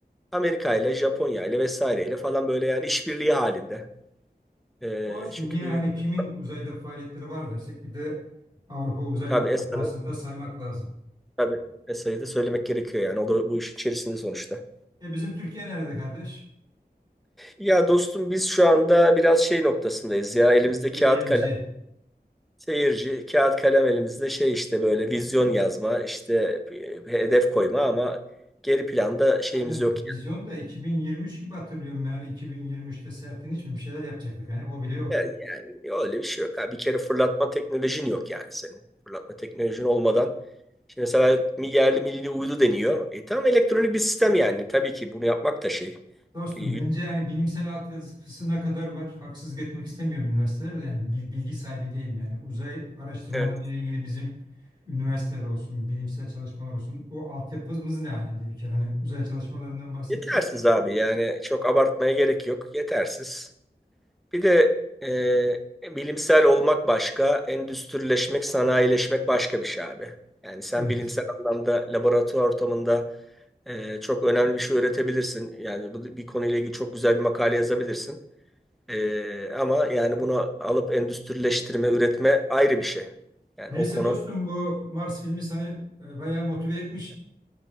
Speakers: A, in the centre; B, on the right.
A: Amerika ile Japonya ile vesaireyle falan böyle yani işbirliği halinde. Ee,
B: Olsun
A: çünkü
B: yine hani kimin
A: bu-
B: uzayda faaliyetleri var dersek bir de Avrupa Uzay
A: tabii ESA'nın
B: Ajansı'nı da saymak lazım.
A: tabii ESA'yı da söylemek gerekiyor yani o da bu iş içerisinde sonuçta.
B: E bizim Türkiye nerede kardeş?
A: Ya dostum biz şu anda biraz şey noktasındayız ya elimizde kağıt
B: Seyirci.
A: kalem Seyirci kağıt kalem elimizde şey işte böyle vizyon yazma işte bir- bir hedef koyma ama geri planda şeyimiz
B: Hani
A: yok
B: vizyon da 2023 gibi hatırlıyorum ben hani 2023'te Sertin hiç mi bir şeyler yapacaktık hani o bile yok.
A: yani. Yani öyle bir şey yok. Ha, bir kere fırlatma teknolojin yok yani senin. Fırlatma teknolojin olmadan şimdi mesela mi- yerli milli uydu deniyor. E tamam elektronik bir sistem yani. Tabii ki bunu yapmak da şey.
B: Dostum
A: E,
B: bence yani bilimsel altyapısına kadar var. Haksızlık etmek istemiyorum üniversitelerde yani bil- bilgi sahibi değilim yani. Uzay araştırmaları
A: Evet.
B: ile ilgili bizim üniversiteler olsun, bilimsel çalışmalar olsun o altyapımız ne alemde bir kere hani uzay çalışmalarından bahsedeceksek.
A: Yetersiz abi yani çok abartmaya gerek yok. Yetersiz. Bir de e, bilimsel olmak başka, endüstrileşmek, sanayileşmek başka bir şey abi. Yani sen
B: Evet.
A: bilimsel anlamda laboratuvar ortamında e, çok önemli bir şey üretebilirsin. Yani bu bir konuyla ilgili çok güzel bir makale yazabilirsin. E, ama yani bunu alıp endüstrileştirme, üretme ayrı bir şey. Yani
B: Neyse
A: o konu
B: dostum bu Mars filmi seni e, bayağı motive etmiş.